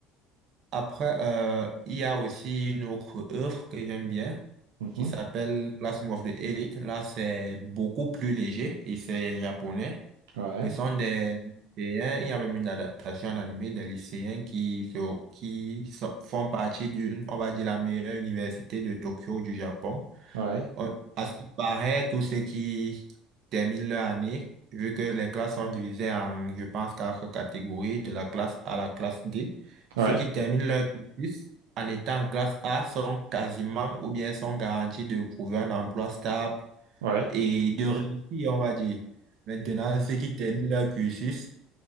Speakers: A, on the right; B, on the right.
A: après, euh, il y a aussi une autre œuvre que j'aime bien
B: Mhm.
A: qui s'appelle Classroom of the Elite. Là, c'est beaucoup plus léger et c'est japonais.
B: Ouais,
A: Ce sont des lycéens, il y a même une adaptation en animé des lycéens qui, se- qui so- font partie d'une, on va dire, la meilleure université de Tokyo du Japon.
B: ouais,
A: On- À ce qui paraît, tous ceux qui terminent leur année, vu que les classes sont divisées en, je pense, quatre catégories, de la classe A à la classe D,
B: ouais,
A: ceux qui terminent leur cursus en étant en classe A sont quasiment ou bien sont garantis de trouver un emploi stable
B: ouais,
A: et de réussir, on va dire. Maintenant, ceux qui terminent leur cursus